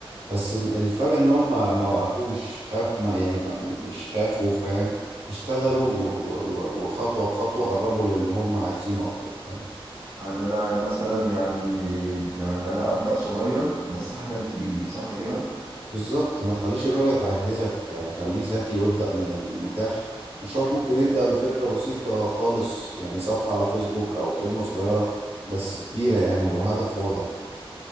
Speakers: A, on the right; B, on the right.
A: بس ال- الفرق ان هم ما ما وقفوش خاف ما يعني ما مش خافوا فاهم اشتغلوا و- و- و- وخطوة بخطوة قربوا للي هم عايزينه اكتر فاهم
B: يعني انا مثلا يعني يعني انا ابدا صغير بس احلم كبير صح كده
A: بالظبط ما تخليش الرؤية تعجزك يعني خليك ذكي وابدأ من المتاح مشروعك ممكن يبدأ بفكرة بسيطة خالص يعني صفحة على فيسبوك او خدمة صغيرة بس كبيرة يعني وهدف واضح